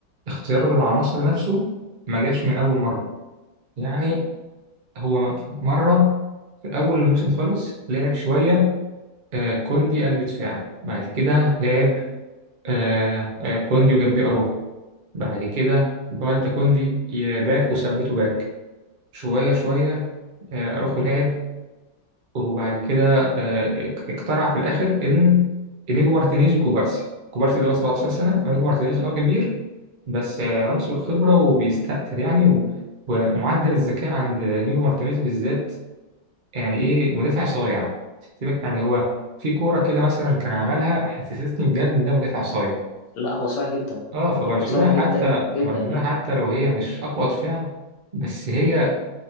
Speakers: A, on the right; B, on the left.
A: اختيار العناصر نفسه ما جاش من أول مرة يعني هو مرة في أول الموسم خالص لعب شوية آه كوندي قلب دفاع بعد كده لعب آه آه كوندي وجنبيه أروخو بعد كده بعد كوندي ي- باك وثبته باك شوية شوية آه، أروخو لعب وبعد كده آه، اقتنع في الاخر ان انيجو مارتينيز وكوبارسي كوبارسي ده هو 17 سنه وانيجو مارتينيز اه كبير بس آه، عنصر خبره وبيستقتل يعني و- ومعدل الذكاء عند انيجو مارتينيز بالذات يعني ايه مدافع صايع سيبك يعني هو في كوره كده مثلا كان عملها حسستني بجد ان ده مدافع صايع
B: لا هو صعب جدا
A: اه فبرشلونه
B: هو صعب جدا
A: حتى
B: جدا
A: برشلونه
B: يعني
A: حتى لو هي مش اقوى دفاع بس هي